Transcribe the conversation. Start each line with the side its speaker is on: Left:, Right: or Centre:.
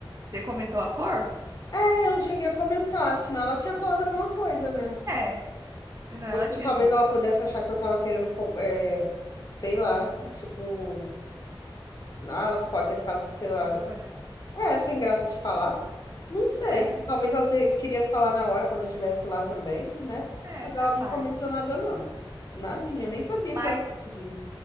Right: Você comentou a cor?
Left: É, eu cheguei a comentar, senão ela tinha falado alguma coisa, né?
Right: É, senão
Left: Ou
Right: ela
Left: então
Right: tinha
Left: talvez
Right: dito.
Left: ela pudesse achar que eu tava querendo, com- é, sei lá, tipo, ah, ela pode ter ficado, sei lá.
Right: Comprar.
Left: É, sem graça de falar. Não sei.
Right: É, não sei.
Left: Talvez ela te- queria falar na hora quando eu estivesse lá também, né?
Right: É,
Left: Mas
Right: capaz.
Left: ela não comentou nada, não. Nadinha, eu nem sabia
Right: Mas,
Left: que ela podia.